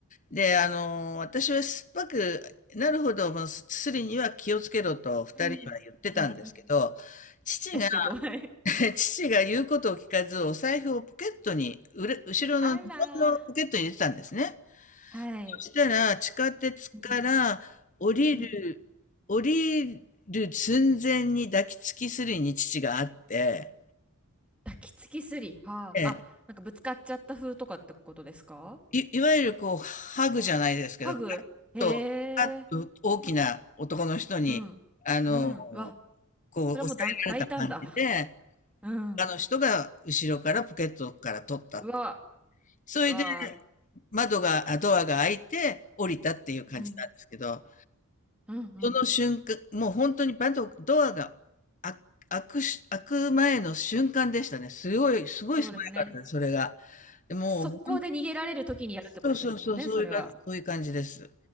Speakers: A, on the left; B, in the centre.
A: で、あの、私は酸っぱくなるほど、まあすりには気をつけろと二人には言ってたんですけど、
B: うん、うん、うん。
A: 父が、
B: ですけど、はい。
A: <laughs> 父が言うことを聞かず、お財布をポケットに、うれ、後ろのズボンのポケットに入れてたんですね。
B: あらー、はい。
A: そしたら、地下鉄から降りる、
B: うん、うん。
A: 降りる寸前に抱きつきすりに父があって、
B: 抱きつきすり。はあ。
A: ええ
B: あ、なんかぶつかっちゃった風とかってことですか
A: い、いわゆるこう、ハグじゃないですけど、
B: ハグへえ。
A: パッと、パッと大きな男の人に、
B: うん。
A: あの、
B: うん。うわ、
A: こう、
B: それはもうだん大胆だ。
A: 押さえられた感じで、
B: うん。
A: 他の人が後ろからポケットから取った。
B: うわ、
A: それで、
B: うわ。
A: 窓が、あドアが開いて降りたっていう感じなんですけど、
B: うん。うんうん。
A: その瞬間、もう本当に窓、ドアが開開くし、開く前の瞬間でしたね。すごい、すごい素早かったです、
B: そうですね。
A: それが。でもう
B: 速攻で逃げられる時にやるってことですもんね、
A: そうそうそう、そういうか、
B: それは。
A: そういう感じです。